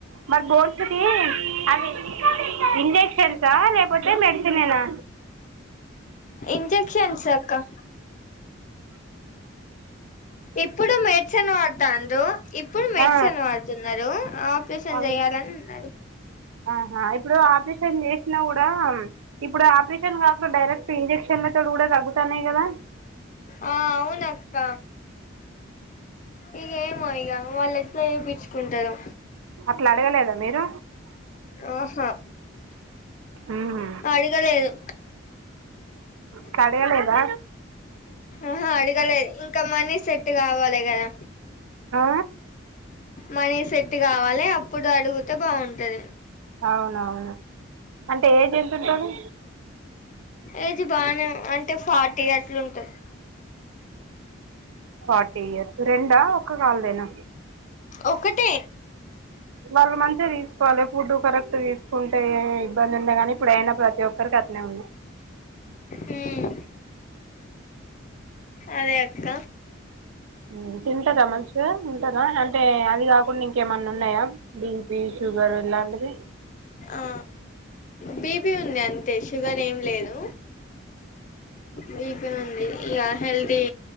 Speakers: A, on the right (about 85°); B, on the left (about 40°).
A: మరి బోన్స్ కి అదే ఇంజెక్షన్సా లేకపోతే మెడిసిన్ ఏనా
B: ఇంజెక్షన్స్ అక్క ఇప్పుడు మెడిసిన్ వాడుతాందూ ఇప్పుడు మెడిసిన్
A: ఆ
B: వాడుతున్నారు ఆపరేషన్
A: అవును
B: చేయాలని ఉన్న
A: ఆహా ఇప్పుడు ఆపరేషన్ చేసినా కూడా ఇప్పుడు ఆపరేషన్ ఇన్ఫెక్షన్ కాకుండా డైరెక్ట్ ఇంజెక్షన్ తో తగ్గుతన్నాయ్ కదా
B: ఆ అవునక్క ఇక ఏమో ఇక వాళ్ళు ఇట్లా చూపిచ్చు కుంటాడో
A: అట్లా అడగలేదా మీరు
B: ఆహా
A: మ్మ్
B: అడగలేేదు
A: స అడగలేదా
B: ఆహా అడగలేదు ఇంకా మనీ సెట్ కావాలి కదా
A: ఆ
B: మనీ సెట్ కావాలి అప్పుడు అడుగుతే బాగుంటది
A: అవునవును అంటే ఏజ్ ఎంత ఉంటుంది
B: ఏజ్ బాగానే అంటే ఫార్టీ అట్లుంటది
A: ఫార్టీ ఇయర్స్ రెండా ఒక్క కాలదేనా
B: ఒకటే
A: వాళ్ళు మంచిగా తీసుకోవాలి ఫుడ్ కరెక్ట్ తీసుకుంటే ఇబ్బంది ఉండే గాని ఇప్పుడయినా ప్రతి ఒక్కరికి అట్లే ఉంది
B: ఉమ్ అదే అక్క
A: ఉమ్ తింటద మంచి ఉంటారా అంటే అది కాకుండా ఇంకేమన్నా ఉన్నాయా బీపి షుగర్ ఇలాంటివి
B: ఆ బిపి ఉంది అంతే షుగర్ ఏం లేదు బిపి ఉంది ఇక హెల్దీ